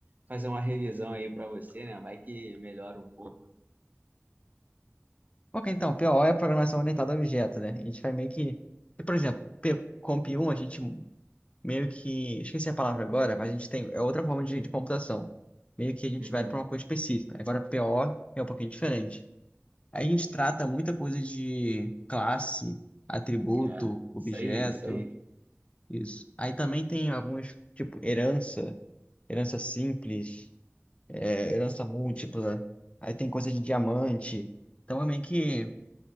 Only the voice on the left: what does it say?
Ok, então, POO é Programação Orientada a Objeto, né? A gente vai meio que... Por exemplo, P- Comp 1, a gente meio que... Esqueci a palavra agora, mas a gente tem... É outra forma de, de computação. Meio que a gente
vai para uma coisa específica. Agora, POO é um pouquinho diferente. Aí a gente trata muita coisa de classe, atributo,
objeto,
isso. Aí também tem alguns, tipo, herança, herança simples é, herança múltipla, aí tem coisa de diamante. Então é meio que.